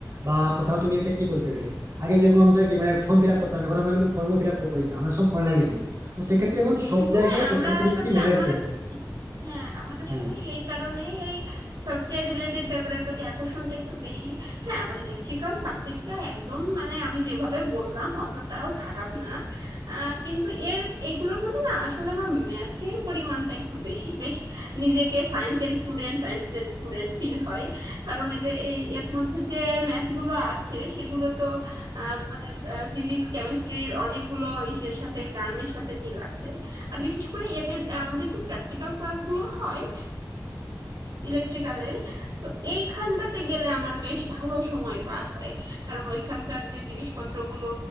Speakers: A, on the right; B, on the right.
A: বা কোথাও তুমি একটা কি বলতে গেলে আগে যেরকম আমরা কি মানে ফর্ম ফিল আপ করতাম এখন আমরা কিন্তু ফর্ম ফিল আপ করি না আমরা সব অনলাইনে করি তো সেক্ষেত্রে এখন সব
B: হ্যাঁ
A: জায়গায় তথ্য
B: আমরা
A: প্রযুক্তি
B: আসলে
A: ম্যান্ডেটরি
B: আমার হ্যাঁ আমার আসলে
A: হ্যাঁ
B: এই কারণেই এই সফটওয়্যার রিলেটেড ব্যাপারের প্রতি আকর্ষণটা একটু বেশি হ্যাঁ আমার ইলেকট্রিক্যাল সাবজেক্টটা একদম মানে আমি যেভাবে বললাম অতটাও খারাপ না আহ, কিন্তু এর এইগুলোর মধ্যে না আসলে আমার ম্যাথের পরিমাণটা একটু বেশি বেশ নিজেকে সায়েন্সের স্টুডেন্ট সায়েন্সের স্টুডেন্ট ফিল হয় কারণ এদের এই এর মধ্যে যে ম্যাথগুলো আছে সেগুলো তো আহ, মানে ফিজিক্স কেমিস্ট্রির অনেকগুলো ইসের সাথে টার্মের সাথে মিল আছে আর বিশেষ করে এদের আমাদের যে প্র্যাকটিক্যাল ক্লাসগুলো হয় ইলেকট্রিক্যালের তো এইখানটাতে গেলে আমার বেশ ভালো সময় পার হয় কারণ ওইখানকার যে জিনিসপত্রগুলো